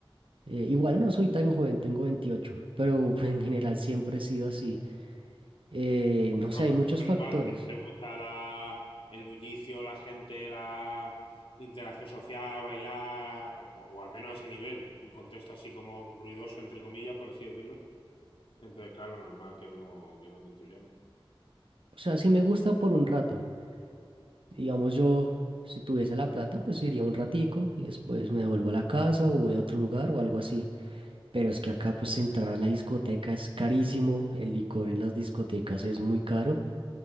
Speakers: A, on the right; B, on the left.
A: Eh, igual no soy tan joven, tengo 28 pero <laughs> en general siempre he sido así. Eh, no sé, hay
B: para
A: muchos
B: eso es
A: factores.
B: igual, si te gusta la, el bullicio, la gente, la interacción social, bailar, o, o al menos a ese nivel, un contexto así como ruidoso, entre comillas, por así decirlo. Entonces, claro, normal que no, que no te entusiasme.
A: O sea, sí me gusta por un rato, Digamos yo, si tuviese la plata, pues iría un ratico y después me devuelvo a la casa o voy a otro lugar o algo así. Pero es que acá pues entrar a la discoteca es carísimo, el licor en las discotecas es muy caro.